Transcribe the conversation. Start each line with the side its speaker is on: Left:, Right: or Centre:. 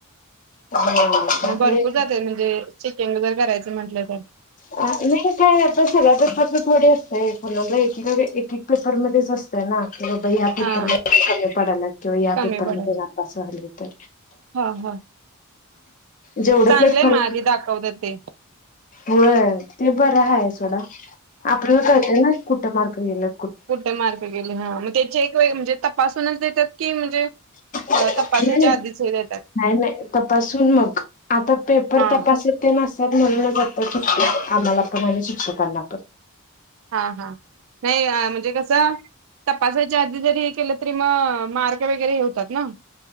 Left: हा.. म्हणजे
Right: म भरपूर जाते म्हणजे... चेक <unintelligible> करायचं म्हटलं तर
Left: अ नाही सगळं पपेर चं थोडं अस.. ते कोणाला एक एक एक अ पेपरमध्येच असतय ना. कि बाइ या पेपर
Right: हा
Left: मध्ये कमी पडालात किंवा या
Right: कमी
Left: पेपर
Right: पडेल
Left: मध्ये नापास व्हा तर.
Right: हा हा
Left: जेवढं
Right: चांगलं
Left: पेपर
Right: माधी दाखवतातं ते.
Left: होय ते बरं हाय सोडा... आपल्याला कळतंय ना. कुट मार्क गेलतं
Right: कुठ मार्क गेलेयं हा मग त्याची एक - म्हणजे तपासूनच देतात की म्हणजे-
Left: नाही
Right: तपासायच्या आधीच हे देतात
Left: नाही... तपासून मग आता पेपर
Right: हा
Left: तपास ते. कर शिक्ष आम्हाला पण आणि शिक्षकांना पण
Right: हा हा नाही म्हणजे कसं तपासाच्या आधी जरी हे केलं तरी मग मार्ग वगैरे हे होतात ना